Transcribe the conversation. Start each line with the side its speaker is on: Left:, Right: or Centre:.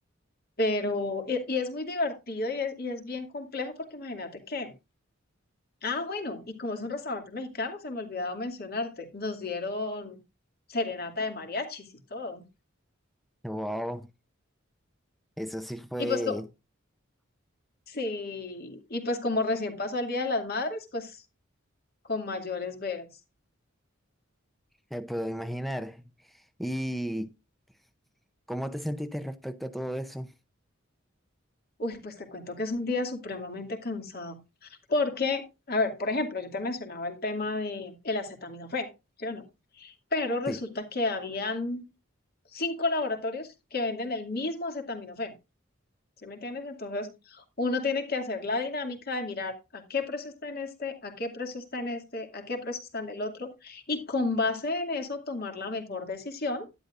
Left: pero, y, y es muy divertido y es, y es bien complejo porque imagínate que, ah, bueno, y como es un restaurante mexicano, se me ha olvidado mencionarte, nos dieron serenata de mariachis y todo.
Centre: Wow, eso sí fue,
Left: Y pues, co- sí, y pues como recién pasó el Día de las Madres, pues con mayores veras.
Centre: me puedo imaginar. ¿Y cómo te sentiste respecto a todo eso?
Left: Uy, pues te cuento que es un día supremamente cansado. Porque, a ver, por ejemplo, yo te mencionaba el tema de el acetaminofén, ¿sí o no? Pero resulta
Centre: Sí.
Left: que habían cinco laboratorios que venden el mismo acetaminofén. ¿Sí me entiendes? Entonces, uno tiene que hacer la dinámica de mirar a qué precio está en este, a qué precio está en este, a qué precio está en el otro, y con base en eso tomar la mejor decisión